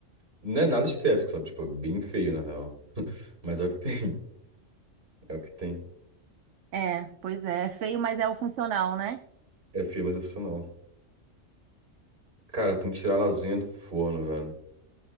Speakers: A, on the right (about 50°); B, on the right (about 70°).
A: Não é nada estético, sabe? Tipo, é bem feio, na real. Mas é o que tem. <laughs> É o que tem.
B: É, pois é, é feio, mas é o funcional, né?
A: É feio, mas é funcional. Cara, tem que tirar a lasanha do forno, velho.